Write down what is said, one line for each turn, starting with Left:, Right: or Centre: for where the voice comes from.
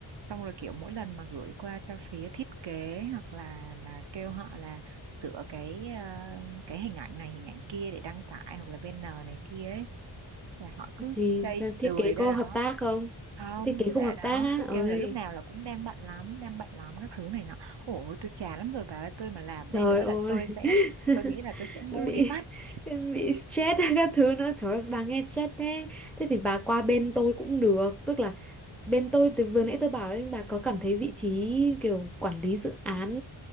Right: xong rồi kiểu mỗi lần mà gửi qua cho phía thiết kế hoặc là là kêu họ là sửa cái ờ, cái hình ảnh này hình ảnh kia để đăng tải hoặc là banner này kia ấy là họ cứ
Centre: thì
Right: chây
Centre: sao
Right: lười
Centre: thiết kế có
Right: ra đó
Centre: hợp tác không
Right: không
Centre: Thiết kế
Right: cứ
Centre: không
Right: để
Centre: hợp
Right: đó
Centre: tác á
Right: cứ
Centre: Ôi
Right: kêu là lúc nào là cũng đang bận lắm đang bận lắm các thứ này nọ ủa tôi chán lắm rồi bà ơi tôi mà làm
Centre: Trời
Right: đây nữa là
Centre: ơi
Right: tôi sẽ
Centre: <laughs>
Right: tôi nghĩ là tôi sẽ ngu
Centre: bị
Right: đi mất
Centre: bị
Right: <laughs>
Centre: stress <laughs> các thứ nữa trời ơi, bà nghe stress thế thế thì bà qua bên tôi cũng được tức là bên tôi từ vừa nãy tôi bảo ấy, bà có cảm thấy vị trí kiểu quản lý dự án